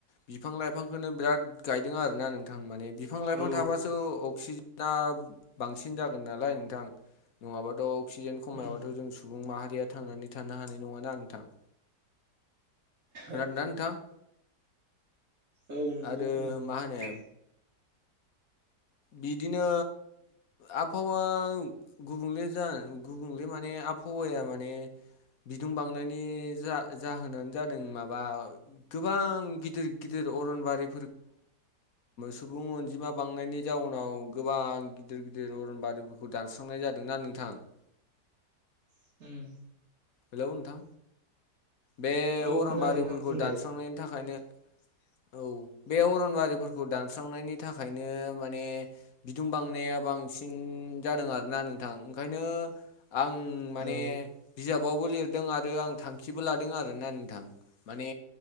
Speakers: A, on the left; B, on the right.
A: बिफां लाइफांखौनो बिराद गायदों आरोना नोंथां माने बिफां लाइफां
B: औ
A: थाबासो अक्सिजेना बांसिन जागोन नालाय नोंथां। नङाबाथ' अक्सिजेन खमायाबाथ'
B: उम
A: जों सुबुं माहारिया थांनानै थानो हानाय नङाना नोंथां। खोनदोंना
B: औ
A: नोंथां।
B: औ नंगौ
A: आरो
B: खोनादों
A: मा
B: नोंथां।
A: होनो बिदिनो आबहावा गुबुंले जा गुबुंले माने आबहावायााया माने बिदुं बांनायनि जा जाहोनानो जादों माबा गोबां गिदिर गिदिर अनबारि सुबुं अनजिमा बांनायनि जाउनाव गोबां गिदिर गिदिर अरन बादिफोरखौ दानस्रांनाय जादोंना नोंथां <unintelligible> <inaudible>
B: <unintelligible> <inaudible>
A: हेलौ नोंथां बे अरनबारिफोरखौ
B: औ खोनादों नोंथां बुं दे
A: दानस्रांनायनि थाखायनो <unintelligible> <inaudible> औ बे अरनबारिफोरखौ दानस्रांनायनि थाखायनो माने बिदुं बांनाय बा बांसिन जादों आरोना नोंथां ओंखायनो आं मान
B: औ
A: बिजाब गोबावबो लिरदों आरो आं थांखिबो लादों आरोना नोंथां माने